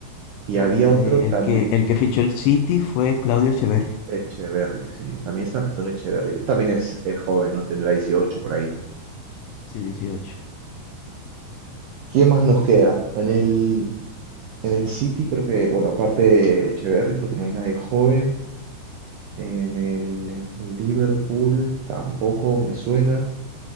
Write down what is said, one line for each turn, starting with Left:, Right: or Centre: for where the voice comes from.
Right: Y había
Left: O de-
Right: otro
Left: de-
Right: también,
Left: el que, el que fichó el City fue Claudio Echeverri,
Right: Echeverry, sí, también está empezando Echeverry. Él también es, es joven, ¿no? Tendrá 18 por ahí.
Left: sí, dieciocho.
Right: ¿Quién más nos queda? En el, En el City creo que, bueno, aparte de Echeverry, creo que no hay nadie joven. En el Liverpool tampoco me suena.